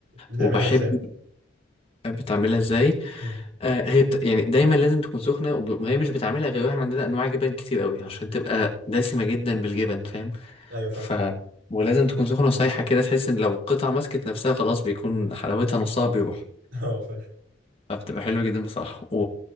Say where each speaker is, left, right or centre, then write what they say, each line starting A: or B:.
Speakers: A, on the right; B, on the left.
A: بتعملها
B: وبحب
A: ازاي
B: بتعملها ازاي
A: امم
B: آه هي بت... يعني دايما لازم تكون سخنه وب- وهي مش بتعملها غير احنا عندنا انواع جبن كتير قوي عشان تبقى دسمه جدا بالجبن فاهم
A: ايوه فاهم
B: ف ولازم تكون سخنة وسايحة كده تحس ان لو القطعة مسكت نفسها خلاص بيكون حلاوتها نصها بيروح
A: <laughs> اه فاهم
B: فبتبقى حلوة جدا بصراحة و...